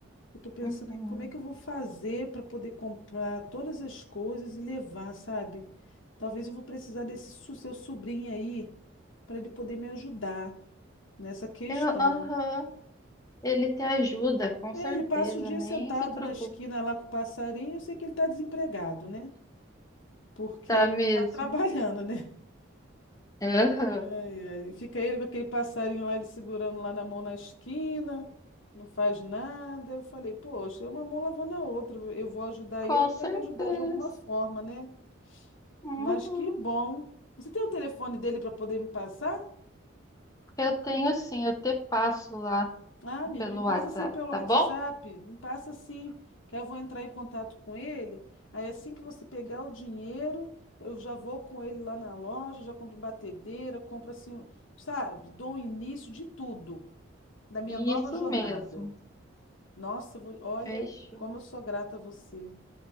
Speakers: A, on the left; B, on the left.
A: Eu tô pensando
B: Uhum.
A: aqui como é que eu vou fazer para poder comprar todas as coisas e levar, sabe? Talvez eu vou precisar desse su- seu sobrinho aí para ele poder me ajudar nessa questão.
B: Eu, aham. Ele te ajuda, com
A: É,
B: certeza.
A: ele passa o dia
B: Nem
A: sentado
B: se preocupe.
A: na esquina lá com o passarinho, eu sei que ele tá desempregado, né? Porque
B: Tá mesmo.
A: ele tá trabalhando, né?
B: Aham.
A: Ai, ai, Fica ele com aquele passarinho lá, ele segurando lá na mão na esquina, não faz nada. Eu falei, poxa, é uma mão lavando a outra. Eu vou ajudar
B: Com
A: ele, ele
B: certeza.
A: vai me ajudar de alguma forma, né?
B: Uhum.
A: Mas que bom. Você tem o telefone dele para poder me passar?
B: Eu tenho sim, eu te passo lá
A: Ah, amiga,
B: pelo
A: me passa
B: WhatsApp,
A: assim pelo WhatsApp.
B: tá bom?
A: Me passa assim, que aí eu vou entrar em contato com ele. Aí assim que você pegar o dinheiro, eu já vou com ele lá na loja, já compro batedeira, compro assim, sabe? Dou o início de tudo, da minha
B: Isso
A: nova jornada.
B: mesmo.
A: Nossa, eu vou- olha
B: Fechou.
A: como eu sou grata a você.